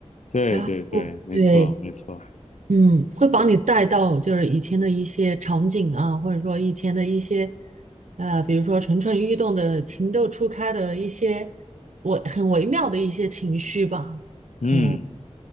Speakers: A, on the left (about 85°); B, on the right (about 85°).
A: 对对对，
B: 然后对，
A: 没错没错，
B: 嗯，会把你带到就是以前的一些场景啊，或者说以前的一些，呃，比如说蠢蠢欲动的、情窦初开的一些我很微妙的一些情绪吧，
A: 嗯。
B: 可能，